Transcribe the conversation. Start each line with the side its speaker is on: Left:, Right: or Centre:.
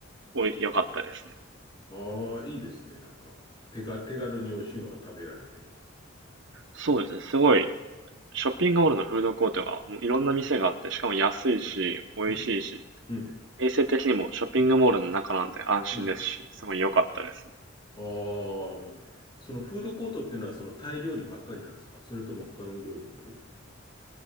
Right: おい良かったですね。
Left: ああ、いいですね、なんか。手が、手軽に美味しいのが食べられて。
Right: そうですね、すごいショッピングモールのフードコートがもういろんな店があってしかも安いし美味しいし、
Left: うん、うん、
Right: 衛生的にもショッピングモールの中なんで安心ですし、
Left: うん。
Right: すごい良かったです。
Left: あーあ、のそのフードコートっていうのはそのタイ料理ばっかりなんですかそれとも他の料理もある